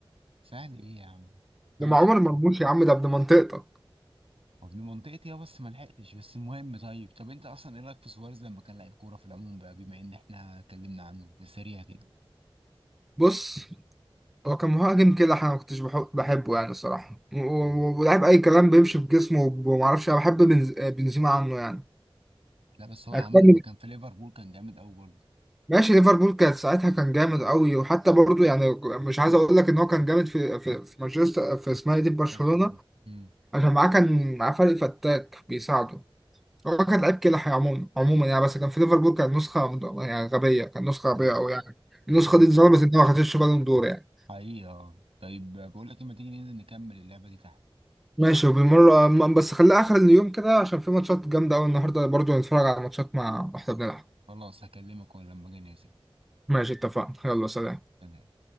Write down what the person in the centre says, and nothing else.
ده مع عمر مرموش يا عم ده ابن منطقتك
بص هو كان مهاجم كده انا ما كنتش بحب بحبه يعني الصراحه و- و-
ولاعب اي كلام بيمشي بجسمه وب- وما اعرفش انا بحب بنز... آه، بنزيما عنه يعني
اكتر
ماشي ليفربول كانت ساعتها كان جامد قوي وحتى برضو يعني مش عايز اقول لك ان هو كان جامد في في في مانشستر في اسمها إيه دي في برشلونة
عشان معاه كان معاه فريق فتاك بيساعده هو كان لعيب كده عموما عموما يعني بس كان في ليفربول كان نسخة مد- يعني غبية كان نسخة
غبية قوي يعني
النسخة
دي اتظلمت ان ما خدتش بالون دور يعني
ماشي وبالمرة م- بس خليها اخر اليوم كده عشان في ماتشات جامدة قوي النهارده برضو نتفرج على ماتشات مع واحنا بنلعب
ماشي اتفقنا يلا سلام